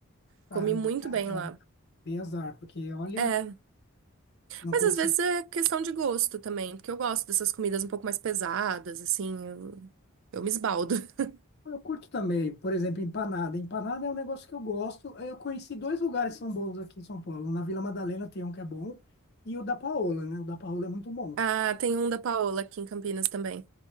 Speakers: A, on the left (about 50°); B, on the right (about 60°).
A: Caramba,
B: Comi muito
A: que azar.
B: bem lá.
A: hein? Dei azar, porque olha,
B: É.
A: não
B: Mas
A: conheci.
B: às vezes é questão de gosto também, porque eu gosto dessas comidas um pouco mais pesadas, assim, eu, eu me esbaldo. <laughs>
A: Eu curto também, por exemplo, empanada. Empanada é um negócio que eu gosto. Eu conheci dois lugares que são bons aqui em São Paulo. Na Vila Madalena tem um que é bom e o da Paola, né? O da Paola é muito bom.
B: Ah, tem um da Paola aqui em Campinas também.